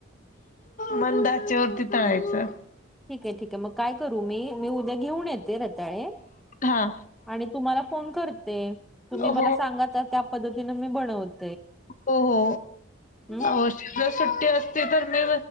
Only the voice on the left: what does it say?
मंद आचे वरती तळायचं.
हा
हो
हो हो
आशा ज सुट्टी असती तर मी